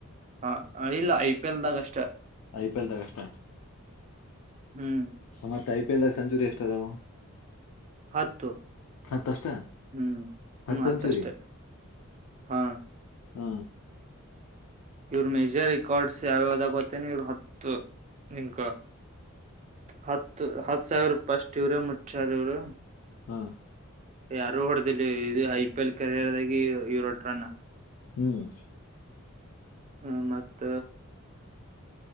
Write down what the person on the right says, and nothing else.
ಹ ಇಲ್ಲ ಐ ಪಿ ಎಲ್ದಾಗ ಅಷ್ಟ
ಹ್ಮ್
ಹತ್ತು
ಹ್ಮ್ ಹ್ಮ್
ಹತ್ತಷ್ಟೆ
ಹಾ
ಇವ್ರ ಮೇಜರ್ ರೆಕಾರ್ಡ್ಸ್ ಯಾವ್ಯಾವದಾಗ ಹತ್ತೇನೆ ಇವರು ಹತ್ತು ನಿನ್ ಹತ್ತು ಹತ್ ಸಾವಿರ ರೂಪಿಷ್ಟ ಇವ್ರ ಮುಟ್್ರ ಇವ್ರು
ಯಾರು ಹೊಡೆದಿಲ್ಲ ಇದು ಐ ಪಿ ಎಲ್ ಕೆರಿಯರ್ ಆಗಿ ಯರೋಟ್ ರನ್
ಹ್ಮ ಮತ್ತ